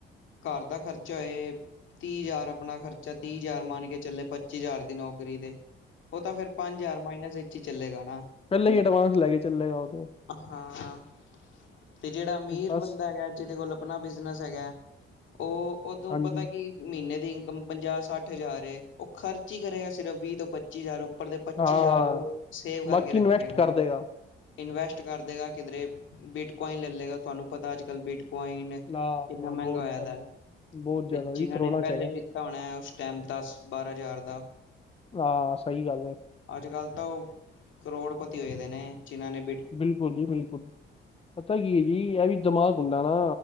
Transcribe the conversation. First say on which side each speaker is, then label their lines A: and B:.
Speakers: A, on the left; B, on the left.
A: ਘਰ ਦਾ ਖ਼ਰਚਾ ਏ। ਤੀਹ ਹਜ਼ਾਰ ਆਪਣਾ ਖਰਚਾ, ਤੀਹ ਹਜ਼ਾਰ ਮੰਨ ਕੇ ਚੱਲੇ ਪੱਚੀ ਹਜ਼ਾਰ ਦੀ ਨੌਕਰੀ ਤੇ। ਉਹ ਤਾਂ ਫੇਰ ਪੰਜ ਹਜ਼ਾਰ ਮਾਈਨਸ ਵਿੱਚ ਹੀ ਚੱਲੇਗਾ ਨਾ।
B: ਪਹਿਲਾਂ ਹੀ ਐਡਵਾਂਸ ਲੈ ਕੇ ਚੱਲੇਗਾ ਉਹ ਤੇ।
A: ਹਾਂ, ਤੇ ਜਿਹੜਾ ਅਮੀਰ
B: ਬਸ
A: ਬੰਦਾ ਹੈਗਾ ਜਿਹਦੇ ਕੋਲ ਆਪਣਾ ਬਿਜਨਸ ਹੈਗਾ। ਉਹ ਉਦੋਂ
B: ਹਾਂਜੀ
A: ਪਤਾ ਕੀ ਮਹੀਨੇ ਦੀ ਇਨਕਮ ਪੰਜਾਹ ਸੱਠ ਹਜ਼ਾਰ ਏ ਉਹ ਖਰਚ ਹੀ ਕਰੇਗਾ ਸਿਰਫ ਵੀਹ ਤੋਂ ਪੱਚੀ ਹਜ਼ਾਰ। ਉੱਪਰ ਦੇ ਪੱਚੀ
B: ਹਾਂ
A: ਹਜ਼ਾਰ
B: ਹਾਂ
A: ਉਹ ਸੇਵ ਕਰਕੇ
B: ਬਾਕੀ
A: ਰੱਖੇਗਾ।
B: ਇਨਵੈਸਟ ਕਰ ਦੇਗਾ
A: ਇਨਵੈਸਟ ਕਰ ਦੇਗਾ ਕਿਧਰੇ ਬਿਟ ਕੁਆਇਨ ਲੈ ਲਏਗਾ ਤੁਹਾਨੂੰ ਪਤਾ ਅੱਜ-ਕੱਲ੍ਹ ਬੀਟ ਕੁਆਇਨ ਕਿੰਨਾ
B: ਹਾਂ
A: ਮਹਿੰਗਾ
B: ਬਹੁਤ
A: ਹੋਇਆ
B: ਜ਼ਿਆਦਾ
A: ਦਾ
B: ਬਹੁਤ
A: ਤੇ
B: ਜ਼ਿਆਦਾ
A: ਜਿਨਾਂ
B: ਜੀ ਕਰੋਨਾ
A: ਨੇ ਪਹਿਲੇ
B: ਚ ਹੈਗਾ
A: ਲ ਲਿਤਾ ਹੋਣਾ ਉਸ ਟਾਈਮ ਦਸ- ਬਾਰਾਂ ਹਜ਼ਾਰ ਦਾ।
B: ਹਾਂ, ਸਹੀ ਗੱਲ ਹੈ।
A: ਅੱਜ-ਕੱਲ੍ਹ ਤਾਂ ਉਹ ਕਰੋੜਪਤੀ ਹੋਏ ਦੇ ਨੇ ਜਿਨ੍ਹਾਂ ਨੇ ਬ
B: ਬਿਲਕੁਲ ਜੀ ਬਿਲਕੁਲ। ਪਤਾ ਕੀ ਹੈ ਜੀ ਇਹ ਵੀ ਦਿਮਾਗ ਹੁੰਦਾ ਨਾ